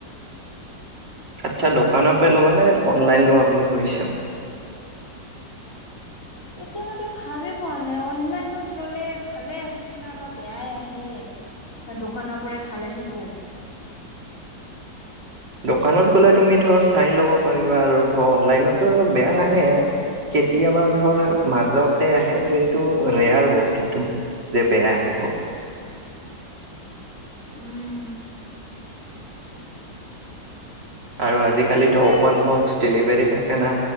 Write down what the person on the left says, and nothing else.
এতিয়ালৈকে ভাবি পোৱা নাই। অনলাইনত ল'লে ভালে আহে না, বা বেয়াই আহে। দোকানৰ পৰাই ভাল আহিব।
উম
তেন্তে